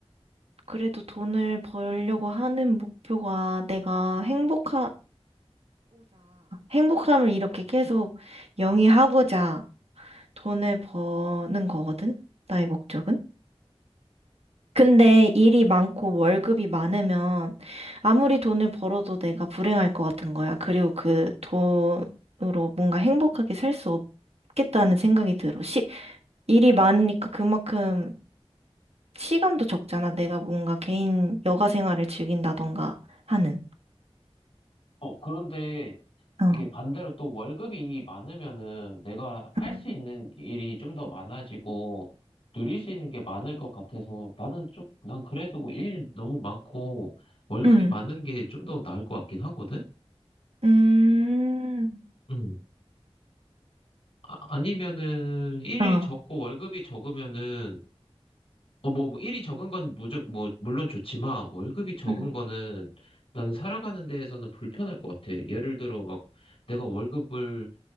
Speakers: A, on the right; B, on the left.
A: 그래도 돈을 벌려고 하는 목표가 내가 행복하고자, 행복함을 이렇게 계속 영위하고자 돈을 버는 거거든? 나의 목적은? 근데 일이 많고 월급이 많으면 아무리 돈을 벌어도 내가 불행할 것 같은 거야. 그리고 그 돈으로 뭔가 행복하게 살 수 없겠다는 생각이 들어. 시, 일이 많으니까 그만큼 시간도 적잖아. 내가 뭔가 개인 여가 생활을 즐긴다던가 하는.
B: 어, 그런데
A: 어.
B: 이게 반대로 또 월급이 많으면은 내가 할
A: 응.
B: 수 있는 일이 좀 더 많아지고 누릴 수 있는 게 많을 것 같아서 나는 쪽 난 그래도 일 너무 많고 월급이
A: 응.
B: 많은 게 좀 더 나을 것 같긴 하거든?
A: 음,
B: 음. 아, 아니면은 일이
A: 어.
B: 적고 월급이 적으면은 어, 뭐, 뭐 일이 적은 건 무조 뭐 물론 좋지만 월급이 적은
A: 응.
B: 거는 나는 살아가는 데에서는 불편할 것 같아. 예를 들어 막 내가 월급을